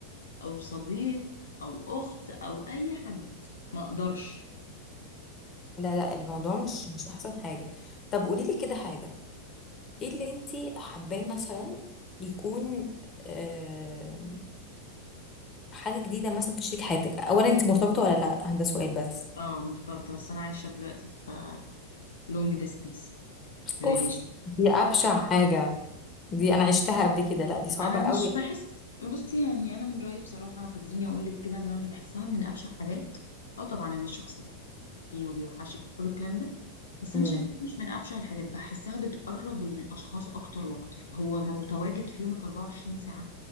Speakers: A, on the left; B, on the left.
A: او صديق او اخت او اي حد ما اقدرش
B: لا لا الموضوع مش مش احسن حاجة طب قولي لي كده حاجة ايه اللي انت حباه مثلا يكون آه حاجة جديدة مثلا في شريك حياتك اولا انت مرتبطة ولا لا ده سؤال بس
A: اه مرتبطة بس انا عايشة دلوقتي في لونج ديستنس ريليشن
B: اوف دي ابشع حاجة دي انا عشتها قبل كده لا دي صعبة
A: انا مش
B: قوي
A: بحس بصي يعني انا من رايي بصراحه خليني اقول لك كده ان انا مش بحسها من ابشع حاجات اه طبعا ان الشخص لازم فيه وبيوحشك وكل الكلام ده بس
B: مم.
A: انا شايفه إن مش من ابشع الحاجات بحسها بتقرب الاشخاص اكتر واكتر هو متواجد في يومك 24 ساعه